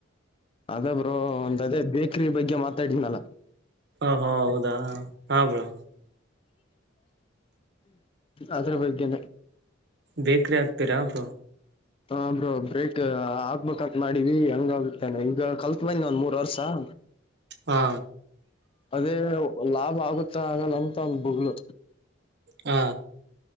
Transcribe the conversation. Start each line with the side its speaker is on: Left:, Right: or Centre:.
Left: ಅದ ಬ್ರೋ ಒಂದದೇ ಬ ವಿಕ್ರಿ ಬಗ್ಗೆ ಮಾತಾಡಿದ್ನಲ್ಲ
Right: ಹೋ ಹೌದಾ ಹಾ ಬ್ರೋ
Left: ಅದರ ಬಗ್ಗೆನೆ
Right: ಬೇಕ್ರ ಆಕ್ತೀರಾ ಅಬ
Left: ಹ ಬ್ರೋ ಬ್ರೇಕ್ ಹಗ್ಬೇಕಂತ ಮಾಡಿವಿ ಹಂಗ ಆಗುತ್ತೆನೆ ಈಗ ಕಲ್ತ್ ಬಂದ ಒಂದ್ ಮೂರ್ ವರ್ಷ <inaudible>
Right: ಹಾ
Left: ಅದೇ ಲಾಭ ಆಗುತ್ತೆ ಆಗಲ್ಲ ಅಂತ ಒಂದ ಬುಗ್ಲು
Right: ಹಾ